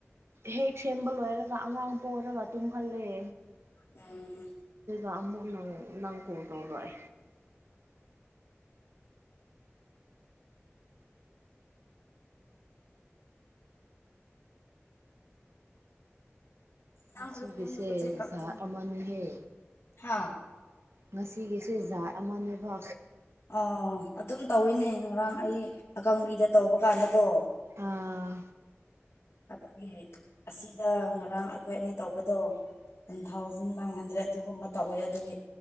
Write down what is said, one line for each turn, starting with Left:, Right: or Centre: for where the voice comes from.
Right: ꯍꯦꯛ ꯁꯦꯝꯕ ꯂꯣꯏꯔꯒ ꯑꯉꯥꯡ ꯄꯔꯒ ꯇꯨꯝꯍꯜꯂꯛꯑꯦ
Left: ꯎꯝ
Right: ꯑ ꯑꯃꯨꯛ ꯅꯪ ꯅꯪ ꯀꯣꯜ ꯇꯧꯔꯛꯑꯦ
Left: ꯅꯪ
Right: ꯉꯁꯤꯒꯤꯁꯦ
Left: ꯑꯦꯔꯣꯄ꯭ꯂꯦꯟꯗ ꯄꯣꯠ ꯆꯩ ꯀꯛꯄꯅꯦ
Right: ꯑꯃꯅꯍꯦ
Left: ꯍꯥ
Right: ꯉꯁꯤꯒꯤꯁꯦ ꯖꯥꯠ ꯑꯃꯥꯟꯅꯕ
Left: ꯑꯣ ꯑꯗꯨꯝ ꯇꯧꯏꯅꯦ ꯉꯔꯥꯡ ꯑꯩ ꯑꯀꯪꯕꯤꯗ ꯇꯧꯕ ꯀꯥꯟꯗꯀꯣ
Right: ꯑꯥ
Left: ꯑꯗꯨꯒꯤ ꯑꯁꯤꯗ ꯉꯔꯥꯡ ꯑꯩꯈꯣꯏ ꯑꯅꯤ ꯇꯧꯕꯗꯣ ꯊꯥꯎꯖꯟ ꯋꯥꯏꯟ ꯍꯟꯗ꯭ꯔꯦꯠ ꯑꯗꯨꯒꯨꯝꯕ ꯇꯧꯋꯦ ꯑꯗꯨꯒꯤ